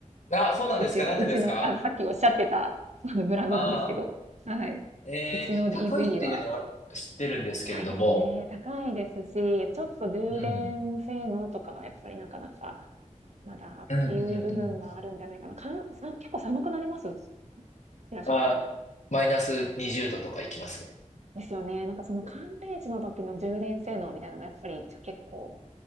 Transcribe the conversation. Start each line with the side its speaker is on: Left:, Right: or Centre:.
Left: あ、そうなんですか、
Right: うちの、
Left: なんでですか
Right: うちの、あ、さっきおっしゃってた、あの、ブランドなんですけど、
Left: ああ
Right: はい。
Left: ー、えー、
Right: うちの
Left: 高いっていうのは知ってるんですけれども、
Right: EV は、高いですね。高いですし、ちょっと充電性能とかがやっぱりなかなか、
Left: うん、
Right: まだっていう部分があるんじゃないかな。
Left: うんうんうん。
Right: かん、さ、結構寒くなりますいらっしゃるところ。
Left: あ、マイナス20度とか行きます。
Right: ですよね。なんかその寒冷地の時の充電性能みたいなのがやっぱりちょ結構